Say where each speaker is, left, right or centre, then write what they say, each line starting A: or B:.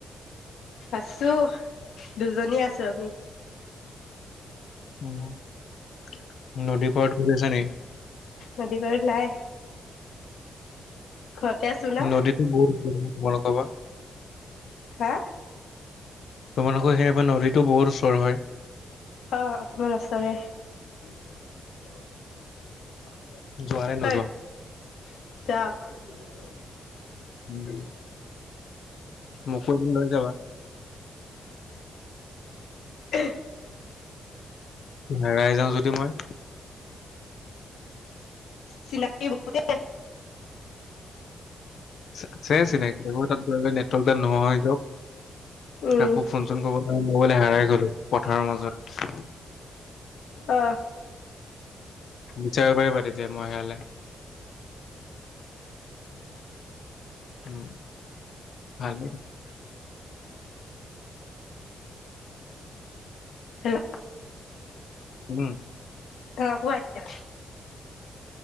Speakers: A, on the left (about 85°); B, on the left (about 55°).
A: আছো দুজনী আছো আমি। <inaudible>
B: উ নদী পাৰত বহি আছে নেকি?
A: নদী পাৰত নাই। ঘৰতে আছো না
B: নদীতটো বহুত মন ক'বা
A: হা
B: তোমালোকৰ সেইখিনিপা নদীতটো বহৰ ওচৰ হয়।
A: আহ অকমান ওচৰয়ে। হয়
B: যোৱা নে নোযোৱা
A: যাওক <unintelligible>
B: উম মোকো এদিন লৈ যাবা।
A: এহ
B: হেৰাই যাওঁ যদি মই
A: চিনাকি বহুতে
B: আছে চিনাকি। আকৌ তাত গৈ পেলাই নেটৱৰ্কডাল নোহোৱা হৈ যাওক।
A: উম
B: কাকো ফোন চোন কৰিব নোৱাৰিম মোবাইল হেৰাই গ'ল পথাৰৰ মাজত।
A: অ
B: বিচাৰিব পাৰিবা তেতিয়া মই হেৰালে? উম ভাল
A: হেল্লো'
B: উম
A: আহ কোৱা এতিয়া।